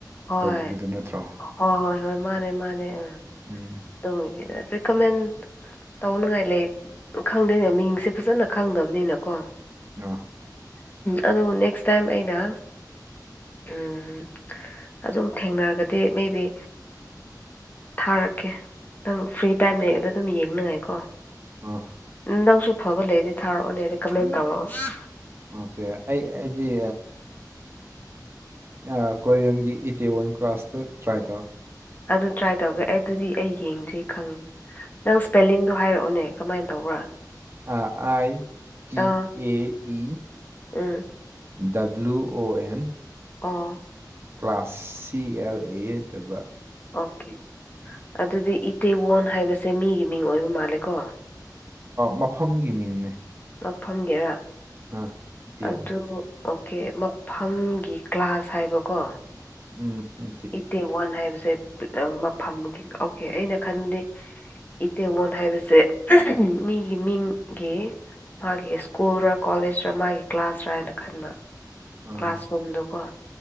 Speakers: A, on the left; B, on the right.
A: ꯍꯣꯏ
B: ꯇꯧꯕꯗꯨ ꯅꯠꯇ꯭ꯔꯣ
A: ꯍꯣꯏ ꯍꯣꯏ ꯍꯣꯏ ꯃꯥꯅꯦ ꯃꯥꯅꯦ ꯎꯝ
B: ꯎꯝ
A: ꯇꯒꯤ ꯔꯤꯀꯃꯦꯟ ꯇꯧꯅꯉꯥꯏ ꯂꯩ ꯈꯪꯗꯣꯏꯅꯦ ꯃꯤꯡꯁꯦ ꯐꯖꯅ ꯈꯪꯗꯕꯅꯤꯅꯀꯣ
B: ꯑ
A: ꯑꯗꯨꯗꯕꯨ ꯅꯦꯛꯁ ꯇꯥꯏꯝ ꯑꯩꯅ ꯎꯝ ꯑꯗꯨꯝ ꯊꯦꯡꯅꯔꯒꯗꯤ ꯃꯦꯕꯤ ꯊꯥꯔꯛꯀꯦ ꯅꯪ ꯐ꯭ꯔꯤ ꯇꯥꯏꯝ ꯂꯩꯕꯗꯣ ꯑꯗꯨꯝ ꯌꯦꯡꯅꯉꯥꯏꯀꯣ
B: ꯑꯥ
A: ꯅꯪꯁꯨ ꯐꯕ ꯂꯩꯔꯗꯤ ꯊꯥꯔꯛꯑꯣꯅꯦꯀꯃꯦꯟ ꯇꯧꯔꯛꯑꯣ
B: ꯑꯣꯀꯦ ꯑꯩ ꯑꯥ ꯀꯣꯔꯤꯌꯟꯒꯤ ꯏꯇꯤ ꯋꯥꯟ ꯀ꯭ꯂꯥꯁꯇꯨ ꯇ꯭ꯔꯥꯏ ꯇꯧ
A: ꯑꯗꯨ ꯇ꯭ꯔꯥꯏ ꯇꯧꯒꯦ ꯑꯦ ꯑꯗꯨꯗꯤ ꯑꯩ ꯌꯦꯡꯗ꯭ꯔꯤ ꯈꯪꯉꯦ ꯅꯪ ꯏꯁꯄꯦꯂꯤꯡꯗꯣ ꯍꯥꯏꯔꯛꯑꯣꯅꯦ ꯀꯃꯥꯏꯅ ꯇꯧꯕ꯭ꯔꯥ
B: ꯑ ꯑꯥꯏ ꯇꯤ
A: ꯑꯥ
B: A E
A: um
B: W O N
A: O
B: class ꯁꯤ ꯑꯦꯜ ꯑꯦꯗꯕ
A: ꯑꯣꯀꯦ ꯑꯗꯨꯗꯤ ꯏꯇꯦꯋꯣꯟ ꯍꯥꯏꯕꯁꯦ ꯃꯤꯒꯤ ꯃꯤꯡ ꯑꯣꯏꯕ ꯃꯥꯜꯂꯦꯀꯣ
B: ꯃꯐꯝꯒꯤ ꯃꯤꯡꯅꯦ
A: ꯉꯐꯝꯒꯦꯔꯥ
B: ꯑꯥ ꯑꯩꯠꯇꯤ
A: ꯑꯗꯨ
B: ꯋꯥꯟ
A: ꯑꯣꯀꯦ ꯃꯐꯝꯒꯤ ꯀ꯭ꯂꯥꯁ ꯍꯥꯏꯕꯀꯣ
B: ꯎꯝ ꯍ
A: ꯑꯩꯠꯇꯤ ꯋꯥꯟ ꯍꯥꯏꯕꯁꯦ ꯃꯐꯝ ꯑꯣꯀꯦ ꯑꯩꯅ ꯈꯟꯗꯦ ꯏꯇꯦꯒꯣꯟ ꯍꯥꯏꯕꯁꯦ ꯃꯤꯒꯤ ꯃꯤꯡꯒꯤ ꯃꯥꯒꯤ ꯁ꯭ꯀꯨꯜꯔ ꯀꯣꯂꯦꯖꯔ ꯃꯥꯒꯤ ꯀ꯭ꯂꯥꯁꯔ ꯍꯥꯏꯅ ꯈꯟꯕ
B: ꯑꯥ
A: ꯀ꯭ꯂꯥꯁꯔꯨꯝꯗꯣꯀꯣ